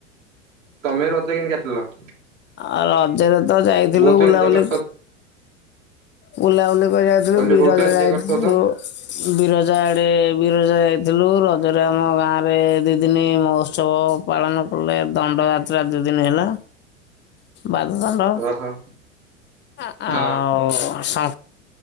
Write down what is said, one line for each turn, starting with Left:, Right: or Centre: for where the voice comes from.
Right: ତମେ ରଜ କେମତି କାଟିଲ?
Left: ଆଉ ରଜରେ ତ ଯାଇଥିଲୁ,
Right: ବହୁତ
Left: ବୁଲାବୁଲି
Right: ଏଞ୍ଜୟ କରିଥିବ
Left: ବୁଲାବୁଲି ଯାଇଥିଲୁ,
Right: କହିଲେ
Left: ବିରଜା
Right: ବହୁତ ଏଞ୍ଜୟ
Left: ଯାଇଥିଲୁ,
Right: କରିଥିବ ତ
Left: ବିରଜା ଆଡ଼େ ଗୋଟେ ବିରଜା ଯାଇଥିଲୁ, ରଜରେ ଆମ ଗାଁ ରେ ଦି ଦିନି ମହୋତ୍ସବ ପାଳନ କଲେ। ଦଣ୍ଡ ଯାତ୍ରା ଦୁ ଦିନ ହେଲା, ବାଦ ଦଣ୍ଡ।
Right: ଓହୋ।
Left: ଆ-ଆଉ
Right: ହଁ
Left: ସ